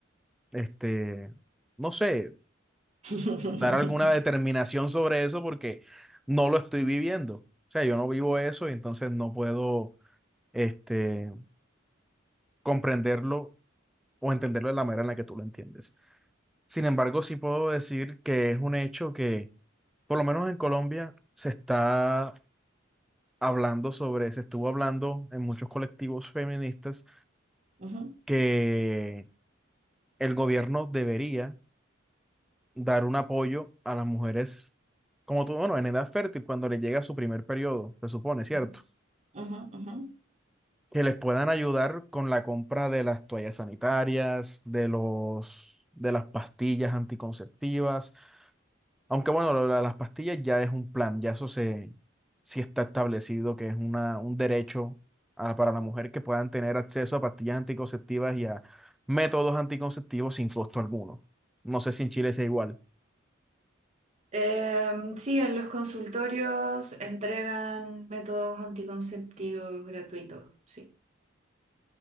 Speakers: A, in the centre; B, on the right.
A: este, no sé,
B: <laughs>
A: dar alguna determinación sobre eso porque no lo estoy viviendo. O sea, yo no vivo eso y entonces no puedo, este, comprenderlo o entenderlo de la manera en la que tú lo entiendes. Sin embargo, sí puedo decir que es un hecho que, por lo menos en Colombia, se está hablando sobre, se estuvo hablando en muchos colectivos feministas
B: Ujú,
A: que el gobierno debería dar un apoyo a las mujeres, como tú, bueno, en edad fértil, cuando les llega su primer periodo, se supone, ¿cierto?
B: ujú, ujú, ujú.
A: Que les puedan ayudar con la compra de las toallas sanitarias, de los, de las pastillas anticonceptivas. Aunque bueno, lo de las pastillas ya es un plan, ya eso se, sí está establecido que es una, un derecho a- para la mujer que puedan tener acceso a pastillas anticonceptivas y a métodos anticonceptivos sin costo alguno. No sé si en Chile sea igual.
B: Em, sí, en los consultorios entregan métodos anticonceptivos gratuitos, sí.